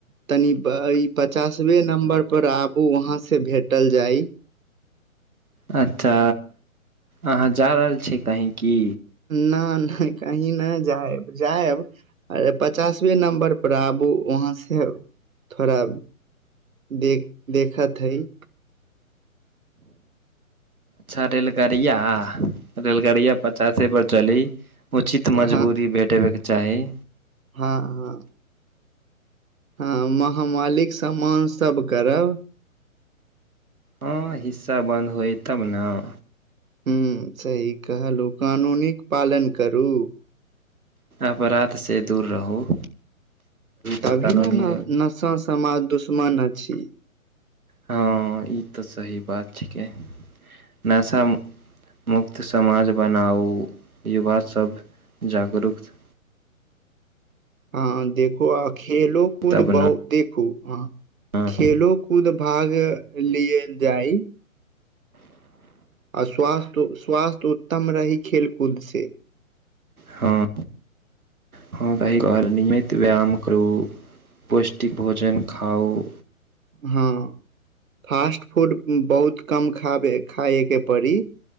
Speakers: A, on the right; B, on the right.
A: तनी अई पचासवे नम्बर पर आबु अहां से भेटल जाय।
B: अच्छा अहाँ जा रहल छि कहीं की।
A: ना ना कही नहि जायब जायब अरे पचासवे नम्बर पर आबू वहाँ से थोड़ा देह देखत हयि।
B: छऽ रेलगाड़ियाह, रेलगाड़िया पचासे बचलीअई, उचित
A: हँ
B: मजबूरी भेटेबेके चाही।
A: हँ, हँ। हँ, महामालिक सहमान सब करब।
B: हँ, हिस्सा बन्द होइ, तब नऽ।
A: हुं सही कहलहु, कानूनिक पालन करू।
B: अपराधसे दूर रहू।
A: तभी
B: तऽ कानूनी
A: ने न नसा समाज दुश्मन छी।
B: हँ, ई तऽ सही बात छिकै, नशा नशा मुक्त समाज बनाउ, युवा सब जागरूकत्त
A: हँ देखू, आ खेलो कूद
B: तब
A: बहु देखू, ह
B: ने
A: खेलु। कुद भाग लिए जाइ। स्वास्थ्य, स्वास्थ्य उत्तम रही खेल कूद से।
B: हँ, हँ त एकबार निमित व्यायाम करू। पौष्टिक भोजन खाउ।
A: हँ, फास्ट -फूड बहुत कम खाबे खायेके पड़ी।